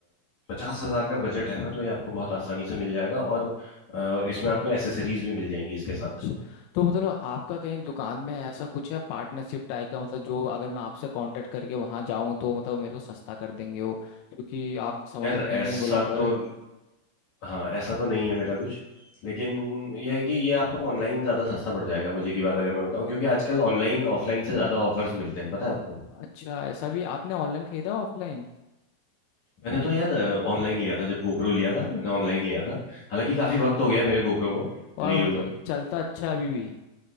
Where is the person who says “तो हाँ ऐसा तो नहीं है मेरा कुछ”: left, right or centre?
Left